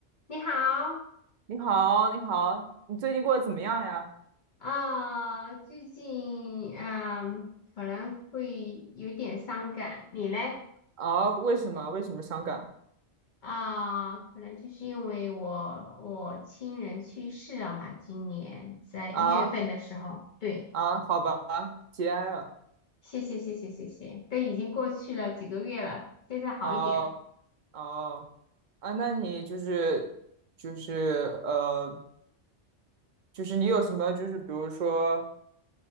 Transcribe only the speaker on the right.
你好，你好，你最近过得怎么样呀？
啊，为什么？为什么伤感？
啊
啊，好吧，节哀啊，
哦哦啊，那你就是就是呃，就是你有什么就是比如说